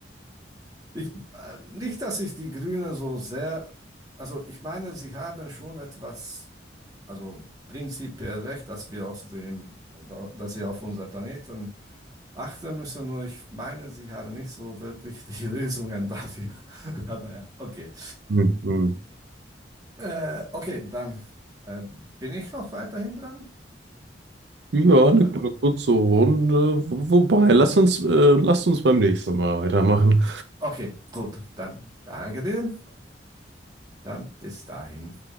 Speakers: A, on the right; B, on the right.
A: ich, äh, nicht, dass ich die Grünen so sehr, also ich meine, sie haben schon etwas, also prinzipiell recht, dass wir auf dem, dass wir auf unser Planeten achten müssen. Und ich meine, sie haben nicht so wirklich die <laughs> Lösungen dafür. <laughs> Aber ja, okay.
B: Hm, hm.
A: Äh, okay, dann äh, bin ich noch weiterhin dran.
B: Ja, eine,
A: Äh,
B: eine kurze Runde. Wo- Wobei, lass uns, äh, lass uns beim nächsten Mal weitermachen.
A: okay, gut, dann danke dir. Dann bis dahin.